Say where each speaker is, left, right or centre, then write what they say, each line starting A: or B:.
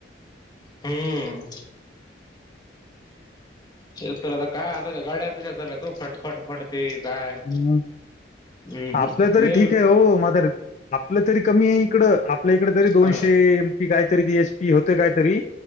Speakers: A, on the left; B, on the left.
A: हम्म. तेच तर आता काय आता त्या गाड्या तशे चाल्या तू फट फटफटते काय
B: हम्म.
A: हम्म
B: आपलं तरी
A: लय
B: ठीक आहे हो, मातारी आपलं तरी कमी आहे इकडं आपल्या इकडे तरी दोनशे
A: हा
B: की कायतरी ती एच पी होते कायतरी